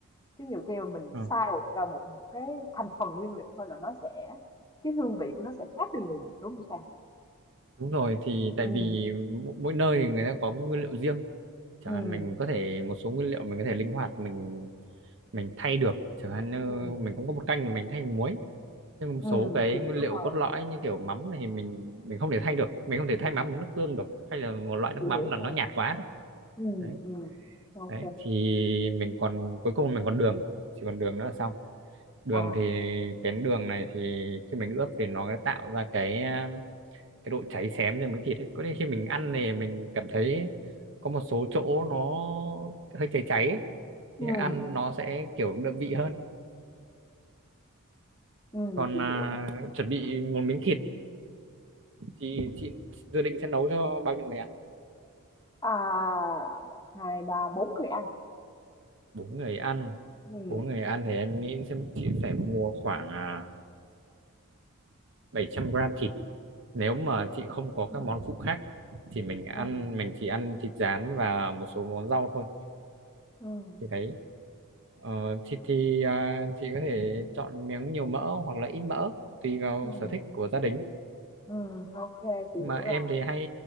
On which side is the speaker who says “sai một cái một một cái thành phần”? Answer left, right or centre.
Left